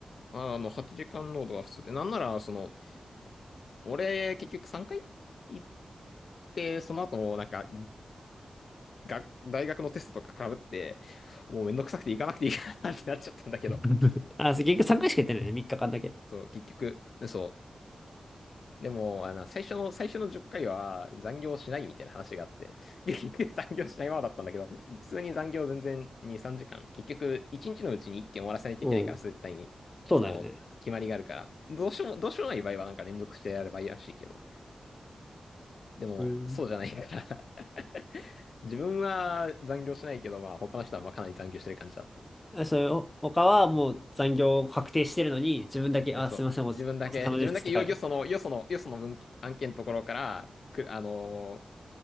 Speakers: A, on the left; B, on the left.
A: う、あの、8時間労働が普通で。なんなら、その、俺、結局3回行って、その後もなんか、が、大学のテストとか被って、もうめんどくさくて行かなくていいかなってなっちゃったんだけど。
B: <laughs> あ、そう結局3回しかやってないね。3日間だけ。
A: そう、結局、そう。でも、あの、最初の、最初の10回は残業しないみたいな話があって、<laughs> 残業しないままだったんだけど、普通に残業全然2、3時間、結局1日のうちに1件終わらせないといけないから、
B: うん。
A: 絶対に、
B: そうだよね。
A: その、決まりがあるから、どうしようも、どうしようもない場合はなんか連続してやればいいらしいけど、でも、
B: うん。
A: そうじゃないから <laughs> 自分は残業しないけど、まあ他の人はまあかなり残業してる感じだった。
B: あそれを、他はもう残業確定してるのに、自分だけ、
A: えそう。
B: あ、すいません、お、お疲れ様ですって帰るの。
A: 自分だけ、自分だけよ、よその、よその、よその文案件のところから、く、あのー